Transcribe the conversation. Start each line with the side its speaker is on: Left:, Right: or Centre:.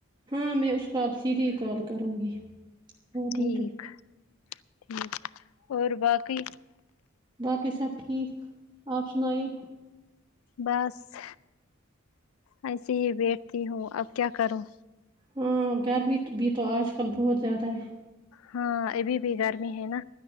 Right: ہاں میں اس کو اپ سیدھی کال کروں گی اور
Left: ٹھیک
Right: نہیں تو کیا
Left: ٹھیک اور باقی
Right: باقی سب ٹھیک اپ سنائیے
Left: بس ایسے ہی بیٹھتی ہوں اب کیا کروں
Right: ہاں گرمی تو بھی اج کل بہت زیادہ ہے
Left: ہاں ابھی بھی گرمی ہے نا